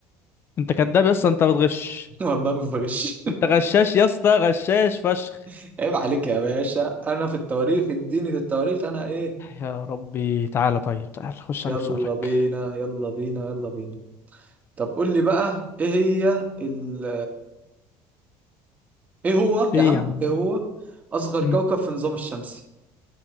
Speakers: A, on the left; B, on the right.
A: انت كداب يا اسطى انت بتغش
B: <laughs> والله ما بغش
A: انت غشاش يا اسطى غشاش فشخ
B: <laughs> عيب عليك يا باشا انا في التواريخ اديني في التواريخ انا ايه
A: يا ربي تعالى طيب تعالى خش
B: يلا
A: على بسؤالك
B: بينا يلا بينا يلا بينا طب قول لي بقى ايه هي ال ايه هو يا
A: ايه
B: عم
A: يا عم
B: ايه هو اصغر
A: مم.
B: كوكب في النظام الشمسي